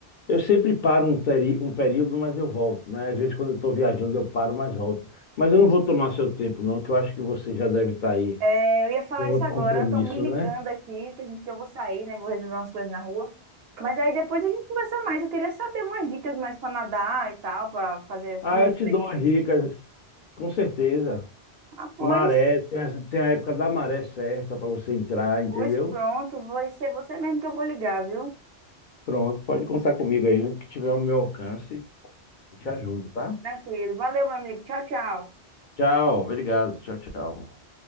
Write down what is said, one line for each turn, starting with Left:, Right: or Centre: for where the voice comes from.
Left: eu sempre paro um, teri- um período, mas eu volto, né? Às vezes quando eu estou viajando eu paro, mas volto. Mas eu não vou tomar seu tempo, não, que eu acho que você já deve estar aí
Right: É, eu ia falar
Left: com outro
Right: isso agora,
Left: compromisso,
Right: estão me ligando
Left: né?
Right: aqui, que a gente, que eu vou sair, né, vou resolver umas coisas na rua. Mas aí depois a gente conversa mais, eu queria saber umas dicas mais para nadar e tal, para fazer
Left: Ah,
Right: as primeiras
Left: eu te
Right: experiências.
Left: dou as dicas, com certeza.
Right: Ah, pois,
Left: Maré, tem a, tem a época da maré certa para você entrar,
Right: hoje
Left: entendeu?
Right: pronto, vai ser você mesmo que eu vou ligar, viu?
Left: Pronto, pode contar comigo aí, o que tiver ao meu alcance, eu te ajudo, tá?
Right: Tranquilo. Valeu, meu amigo. Tchau, tchau.
Left: Tchau, obrigado, tchau, tchau.